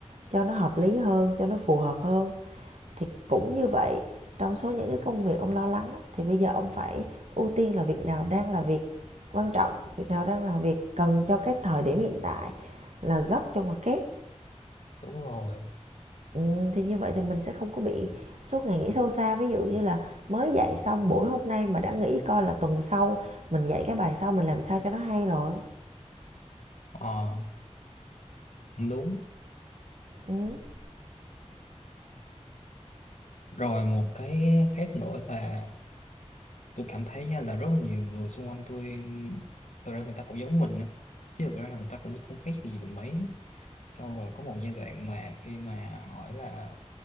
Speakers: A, on the right (about 70°); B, on the left (about 85°).
A: cho nó hợp lý hơn cho nó phù hợp hơn thì cũng như vậy trong số những cái công việc ông lo lắng thì bây giờ ông phải ưu tiên là việc nào đang là việc quan trọng việc nào đang là việc cần cho cái thời điểm hiện tại là gấp trong hoặc kép
B: đúng rồi
A: Ừm, thì như vậy thì mình sẽ không có bị suốt ngày nghĩ sâu xa. Ví dụ như là mới dạy xong buổi hôm nay mà đã nghĩ coi là tuần sau mình dạy cái bài sau mình làm sao cho nó hay rồi.
B: ờ cũng đúng
A: Ừm,
B: rồi một cái khác nữa là tôi cảm thấy nha là rất là nhiều người xung quanh tôi thực ra người ta cũng giống mình á chứ thực ra là người ta cũng không khác gì mình mấy xong rồi có một giai đoạn mà khi mà hỏi là